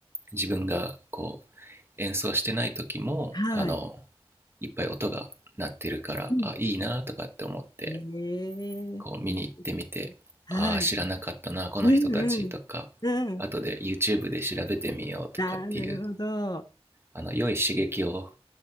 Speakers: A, on the right; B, on the left.
A: 自分がこう演奏してない時もあの
B: はい。
A: いっぱい音が鳴ってるからあいいなとかって思って
B: うん。ええいいですね。
A: こう見に行ってみてあ知らなかったなこの人たちとか
B: はい。うんうん。うん。
A: 後で YouTube で調べてみようとかっていう
B: ああ、なるほど。あ、
A: あの良い刺激を